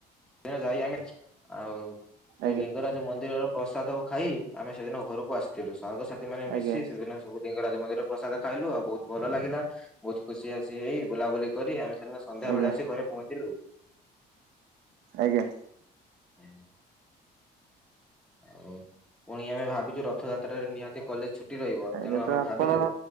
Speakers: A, in the centre; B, on the right.
A: ସେଦିନ ଯାଇ ଆମେ ଆଉ ସେ
B: ଆଜ୍ଞା
A: ଲିଙ୍ଗରାଜ୍ ଯୋଉ ମନ୍ଦିରର ପ୍ରସାଦ ଖାଇ ଆମେ ସେଦିନ ଘରକୁ ଆସ୍ ଥିଲୁ, ସାଙ୍ଗସାଥିମାନେ ମିଶି
B: ଆଜ୍ଞା
A: ସେଦିନ ସବୁ ଲିଙ୍ଗରାଜ ମନ୍ଦିର ପ୍ରସାଦ ଖାଇଲୁ ଆଉ ବହୁତ ଭଲ ଲାଗିଲା। ବହୁତ ଖୁସି ବାସି ହେଇ ବୁଲାବୁଲି କରି ଆମେ ସେଦିନ ସନ୍ଧ୍ୟାବେଳେ
B: ଆଜ୍ଞା
A: ଆସି ଘରେ ପହଞ୍ଚିଲୁ।
B: ଆଜ୍ଞା।
A: ହୁଁ <unintelligible> ଆଉ ପୁଣି ଆମେ ଭାବିଛୁ ରଥଯାତ୍ରାରେ ନିହାତି କଲେଜ ଛୁଟି ରହିବ
B: ଆଜ୍ଞା
A: ତେଣୁ ଆମେ
B: ତ
A: ଭାବିଛୁ
B: ଆପଣ